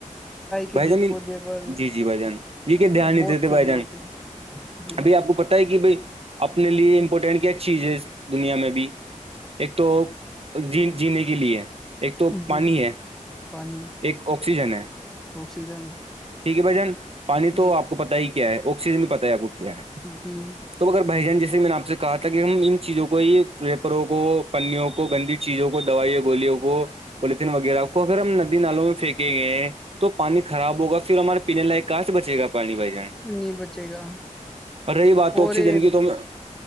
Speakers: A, in the centre; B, on the right.
A: کے
B: بھائی
A: ڈسپوزیبل
B: جان جی جی بھائی جان یہ کیا دھیان نہیں
A: بہت
B: دیتے
A: پہلے
B: بھائی جان
A: ہوتے ہیں جی
B: ابھی آپ کو پت ہے کہ بھائی اپنے لیے امپورٹینٹ کیا چیز ہے اس دنیا میں بھی ایک تو ج جینے کے لیے <unintelligible> ایک تو پانی
A: جی
B: ہے
A: پانی
B: ایک آکسیجن ہے
A: آکسیجن
B: ٹھیک ہے بھائی جان پانی توپ
A: جی
B: کو پتا ہی کیا ہے آکسیجن بھی پتا ہے آپ کو کیا ہے
A: جی
B: تو اگر بھائی جان جیسے میں نے آپ سے کہا تھا کہ ہم ان چیزوں کو ہی پیپروں کو پیوں کو گندی چیزوں کو دوائییا گوولوں کو پولیتن وغیرہ کو اگر ہم ندی نالوں میں پھینکے گئے ہیں تو پانی خراب ہوگا پھر ہمارے پینے لائق کہاں سے بچےا پانی بھائی جان
A: نہیں بچے گا
B: اور رہی بات تو
A: اور
B: آکسیجن
A: یہ
B: کی تو میں